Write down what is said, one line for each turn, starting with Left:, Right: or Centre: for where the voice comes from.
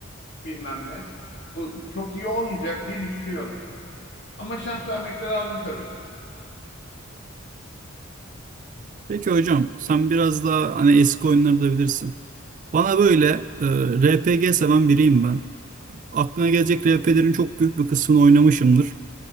Left: bilmem ne. Bu çok iyi olmayacak diye düşünüyorum. Ama şans vermek de lazım tabii.
Right: peki hocam sen biraz daha hani eski oyunları da bilirsin. Bana böyle e, RPG seven biriyim ben. aklına gelecek RP'lerin çok büyük bir kısmını oynamışımdır.